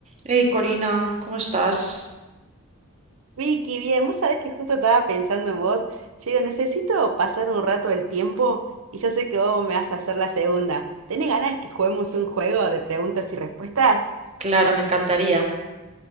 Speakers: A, on the right; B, on the right.
A: Hey Corina, ¿cómo estás?
B: Vicky, bien, vos sabés que justo estaba pensando en vos. Yo digo, necesito pasar un rato del tiempo y yo sé que vos me vas a hacer la segunda. ¿Tenés ganas de que juguemos un juego de preguntas y respuestas?
A: Claro, me encantaría.